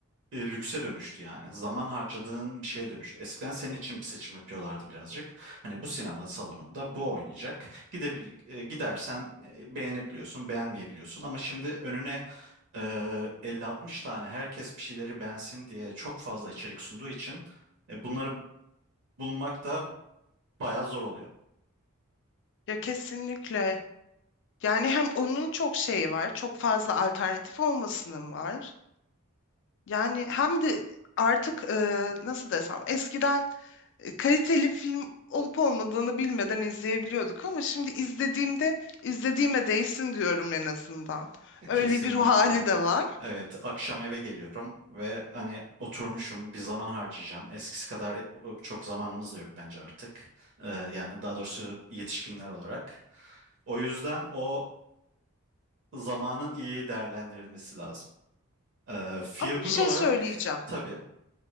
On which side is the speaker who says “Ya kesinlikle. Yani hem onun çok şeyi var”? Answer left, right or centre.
Left